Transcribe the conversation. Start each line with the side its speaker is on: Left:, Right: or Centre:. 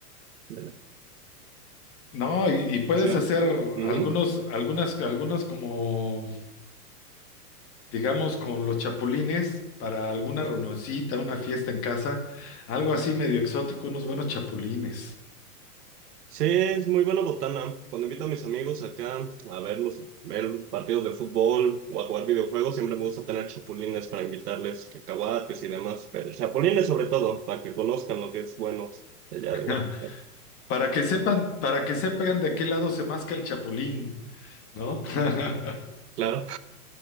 Right: de la
Left: No, y, y
Right: alimentación.
Left: puedes hacer
Right: Ujú.
Left: algunos, algunas, algunos como, digamos, con los chapulines para alguna reunioncita, una fiesta en casa, algo así medio exótico, unos buenos chapulines.
Right: Sí, es muy buena botana. Cuando invito a mis amigos acá a ver los, ver los partidos de fútbol o a jugar videojuegos, siempre me gusta tener chapulines para invitarles, cacahuates y demás, pero chapulines sobre todo, para que conozcan lo que es bueno de allá
Left: <laughs>
Right: de Oaxaca.
Left: Para que sepan, para que sepan de qué lado se masca el chapulín, ¿no? <laughs>
Right: Claro.